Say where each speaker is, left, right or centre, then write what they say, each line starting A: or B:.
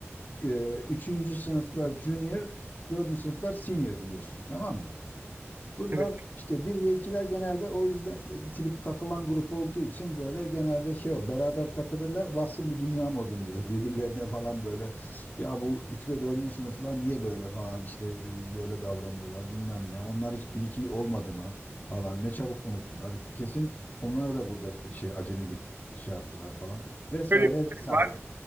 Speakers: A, on the left (about 40°); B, on the right (about 45°).
A: E, üçüncü sınıflar junior, dördüncü sınıflar senior biliyorsun tamam mı? Bunlar
B: Evet.
A: işte bir ve ikiler genelde o yüzden itilip kakılan grup olduğu için böyle genelde şey ol beraber takılırlar bassın bu dünya modunda da birbirlerine falan böyle ya bu 3 ve 4. sınıflar niye böyle falan işte e, böyle davranıyorlar bilmem ne onlar hiç bir 2 olmadı mı falan ne çabuk unuttular kesin onlar da burada e, şey acemilik şey yaptılar falan vesaire
B: Öyle bir
A: vesaire
B: şey var.